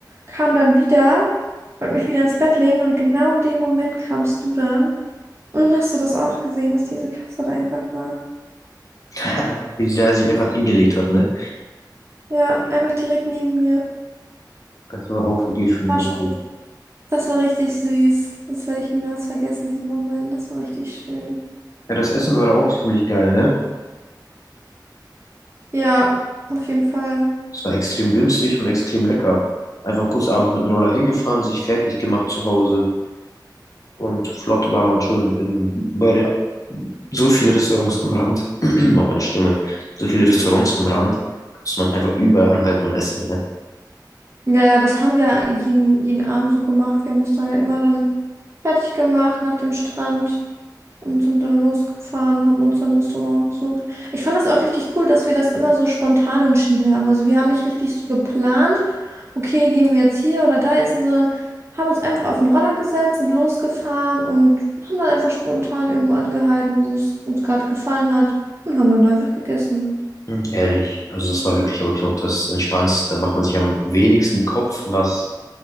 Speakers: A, on the right; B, on the left.
A: kam dann wieder, wollte mich wieder ins Bett legen und genau in dem Moment kamst du dann. Und dann hast du das auch gesehen, dass diese Katze da einfach war.
B: <laughs> wie sie da sich einfach hingelegt hat, ne?
A: Ja, einfach direkt neben mir.
B: Das war auch wirklich schon
A: War
B: lustig.
A: schon. Das war richtig süß. Das werde ich niemals vergessen, diesen Moment. Das war richtig schön.
B: Ja, das Essen war da auch ziemlich geil, ne?
A: Ja, auf jeden Fall.
B: Es war extrem günstig und extrem lecker. Einfach kurz abends mit dem Roller hingefahren, sich fertig gemacht zu Hause und flott war man schon in, in bei der, so viele Restaurants am Rand. <clears throat> Oh, meine Stimme. So viele Restaurants am Rand, muss man einfach überall anhalten und essen, ne?
A: Ja, ja, das haben wir jeden, jeden Abend so gemacht. Wir haben uns da ja immer dann fertig gemacht nach dem Strand und sind dann losgefahren, haben uns dann ein Restaurant gesucht. Ich fand das auch richtig cool, dass wir das immer so spontan entschieden haben. Also wir haben nicht richtig so geplant, okay, gehen wir jetzt hier oder da essen, sondern haben uns einfach auf den Roller gesetzt, sind losgefahren und haben dann einfach spontan irgendwo angehalten, wo es uns gerade gefallen hat und haben dann da einfach gegessen.
B: Mhm, Ehrlich, also das war wirklich, glaube ich, auch das Entspannendste. Da macht man sich am wenigsten Kopf, was